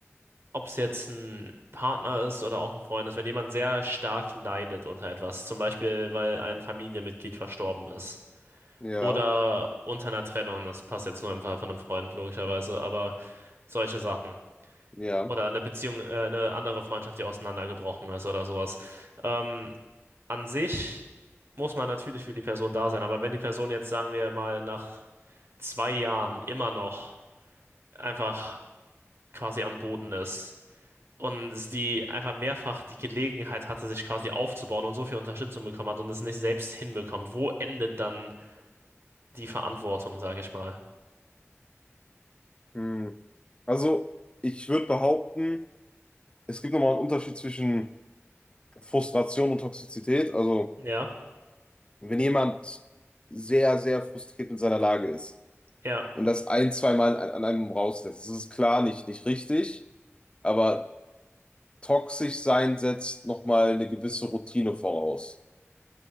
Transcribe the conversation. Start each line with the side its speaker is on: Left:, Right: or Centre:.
Right: ob es jetzt ein Partner ist oder auch ein Freund ist, wenn jemand sehr stark leidet unter etwas, zum Beispiel, weil ein Familienmitglied verstorben ist.
Left: Ja,
Right: Oder unter einer Trennung, das passt jetzt nur im Fall von einem Freund, logischerweise, aber solche Sachen.
Left: ja.
Right: Oder eine Beziehung, äh, eine andere Freundschaft, die auseinandergebrochen ist oder sowas. Ähm, an sich muss man natürlich für die Person da sein, aber wenn die Person jetzt, sagen wir mal, nach zwei Jahren immer noch einfach quasi am Boden ist und es die einfach mehrfach die Gelegenheit hatte, sich quasi aufzubauen und so viel Unterstützung bekommen hat und es nicht selbst hinbekommt, wo endet dann die Verantwortung, sage ich mal?
Left: Hm. Also, ich würde behaupten, es gibt nochmal einen Unterschied zwischen Frustration und Toxizität. Also,
Right: Ja,
Left: wenn jemand sehr, sehr frustriert mit seiner Lage ist,
Right: ja.
Left: und das ein, zweimal an, an einem rauslässt. Das ist klar nicht, nicht richtig, aber toxisch sein setzt nochmal eine gewisse Routine voraus.